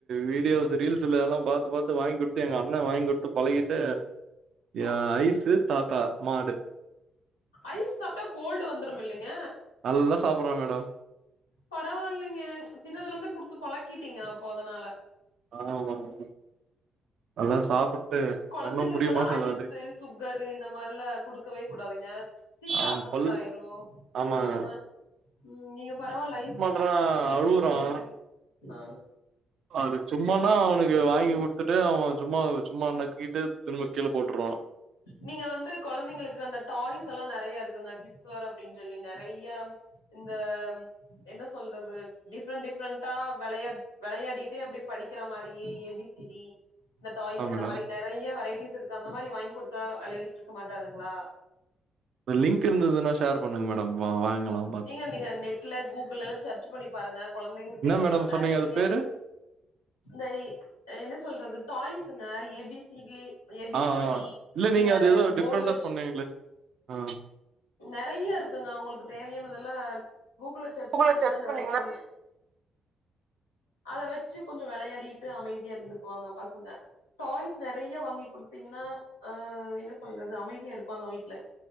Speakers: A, on the right (about 60°); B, on the left (about 80°).
A: வீடியோஸ் ரீல்ஸ்ல எல்லா பாத்து பாத்து வாங்கி குடுத்து எங்க அண்ண வாங்கி கு ட்டு பழகிட்டு‌ ய
B: ஓ
A: ஐசு தாத்தா மாடு
B: ஐஸ் சாப்டா கோல்டு வந்துரும் இல்லைங்க
A: நல்லா சாப்பறா மேடம்
B: பரவாயில்லைங்க சின்னதுல இருந்தே குடுத்து பழக்கிட்டீங்க அப்போ அதனால
A: <unintelligible> நல்லா சாப்புட்டு
B: கொழந்தைகளுக்கெல்லா
A: ஒன்னு முடிய மாட்டேது
B: ஐஸு
A: அது
B: சுகரு இந்த மாரில்லா குடுக்கவே கூடாதுங்க சீக்கிரம்
A: அவன்
B: அஃபெக்ட்
A: பல்
B: ஆயிரு
A: ஆமாங்க
B: அந்த மார் ம் நீங்க பரவால ஐஸ்
A: ஆ அழுவுறான்
B: ஆ
A: அது சும்மாண்ணா அவனுக்கு வாங்கி குடுத்துட்டு அவன் சும்மா சும்மா நக்கிட்டு திரும்ப கீழ போட்டுருவான்
B: நீங்க வந்து கொழந்தைங்களுக்கு அந்த டாய்ஸ் எல்லாம் நெறைய இருக்குங்க சோற அப்டின் சொல்லி நெறைய ம் இந்த ம் என்ன சொல்றது டிஃப்ரெண்ட் டிஃப்ரெண்டா வெளையா வெளையாடிட்டே அப்டி படிக்கிற மாரி ஏ பி சி டி இந்த டாய்ஸ்
A: ஆ
B: இந்த
A: மேடம்
B: மாரி நெறைய வெரைட்டிஸ் இருக்கு அந்த மாரி வாய்ங் குடுத்தா விளையாடிட் இருக்க மாட்டாருங்க்ளா
A: லிங்க் இருந்ததுன்னா ஷேர் பண்ணுங்க மேடம் வா வாங்கலா பாத்
B: நீங்க நீங்க நெட்ல கூகுள் எல்லா சர்ச் பண்ணி பாருங்க கொழந்தைங்களு
A: என்ன
B: தேவையான
A: மேடம் சொன்னீங்க
B: நெறையா
A: அது பேரு
B: இந்த என்ன சொல்றது டாய்ஸுங்க A B C D A பி
A: ஆ
B: சி
A: ஆ
B: டி
A: இல்ல நீங்க
B: இந்த
A: அது ஏதோ டிஃப்ரெண்டண்டா
B: போர்டு வச்சு
A: சொன்னீங்களே ஆ
B: நெறைய இருக்குங்க அவங்களுக்கு தேவையானதெல்லாம் கூகுள்ள சர்ச்
A: கூகுள்ல
B: பண்ணீங்கன்னா நெறைய
A: பண்ணீங்கன்னா
B: வரும் அத வெச்சு கொஞ்ச வெளையாடிட்டு அமைதியா இருந்துக்குவாங்க பசங்க டாய்ஸ் நெறைய வாங்கி குடுத்தீங்கன்னா ஆ என்ன சொல்றது அமைதியா இருப்பாங்க வீட்ல